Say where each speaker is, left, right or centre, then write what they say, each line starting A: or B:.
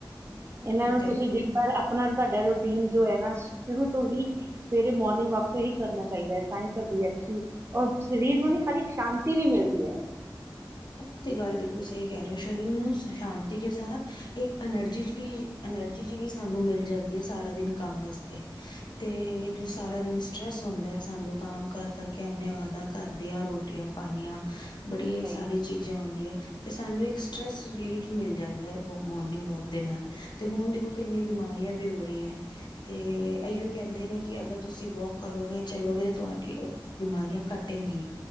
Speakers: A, on the right; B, on the left.
A: ਇਹਨਾਂ
B: ਉਹ
A: ਨੂੰ
B: ਤੇ
A: ਤੁਸੀਂ ਦਿਨ ਭਰ ਅਪ ਉਹਨਾਂ ਨੂੰ ਤੁਆਡਾ ਰੋਟੀਨ ਜੋ ਐ ਨਾ ਸ਼ੁਰੂ ਤੋਂ ਹੀ ਸਵੇਰੇ ਮੋਰਨਿੰਗ ਵਾਕ ਤੋਂ ਹੀ ਕਰਨਾ ਚਾਹੀਦਾ ਐ। ਤਾਂਈ ਤੁਆਡੀ ਅੱਛੀ ਅ ਸਰੀਰ ਨੂੰ ਨੀ ਖਾਲੀ ਸ਼ਾਂਤੀ ਵੀ ਮਿਲਦੀ ਐ।
B: ਉਹ ਤੇ ਗੱਲ ਬਿਲਕੁਲ ਸਹੀ ਕਹਿ ਰਏ ਔ ਸ਼ਰੀਰ ਨੂੰ ਸ ਸ਼ਾਂਤੀ ਕੇ ਸਾਥ ਇੱਕ ਅਨਰਜੀ ਵੀ ਅਨਰਜੀ ਜਿ ਵੀ ਸਾਨੂੰ ਮਿਲ ਜਾਂਦੀ ਐ ਸਾਰਾ ਦਿਨ ਕੰਮ ਵਾਸਤੇ। ਤੇ ਜੋ ਸਾਰਾ ਦਿਨ ਸਟਰ੍ਰੈਸ ਹੁੰਦੈ ਸਾਨੂੰ ਕਮ ਕਰ ਕਰਕੇ ਅੰਨੇਵਾਦਾ ਕਰਦਿਆਂ ਰੋਟੀਆਂ ਪਾਣੀਆਂ ਬੜੀਆਂ
A: ਸਹੀ
B: ਸਾਰੀ ਚੀਜ਼ਾਂ ਹੋਂਦੀਐ ਤੇ ਸਾਨੂੰ ਇੱਕ ਸਟਰ੍ਰੈਸ ਰਿਲੀਫ਼ ਮਿਲ ਜਾਂਦਾ ਐ ਮੋ ਮੋਰਨਿੰਗ ਵਾਕ ਦੇ ਨਾਲ ਤੇ ਹੁਣ ਦੇਖੋ ਕਿੰਨੀ ਬਿਮਾਰੀਆਂ ਵੀ ਹੋ ਰਈਆਂ ਐਂ ਤੇ ਅਈਔ ਕੈਂਦੇ ਨੇ ਕਿ ਅਗਰ ਤੁਸੀ ਵੋਕ ਕਰੋਗੇ ਚਲੋਗੇ ਤੁਹਾਡੀ ਅ ਬਿਮਾਰੀਆਂ ਘਟੇਗੀ,